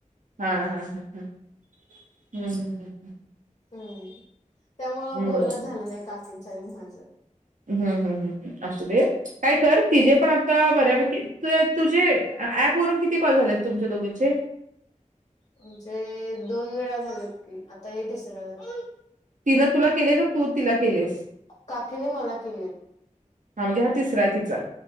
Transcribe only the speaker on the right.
हा हम हममम्मम्मम्मम.
बरं
हम् हम् हम् असू देत काय कर तिजे पण आता बऱ्यापैकी तुझे ऍप वरून किती कॉल झालेत तुमच्या दोघीचे? <inaudible>
तिन तुला केले का? तू तिला केलेस?
हा म्हणजे हा तिसरा ये तिचा.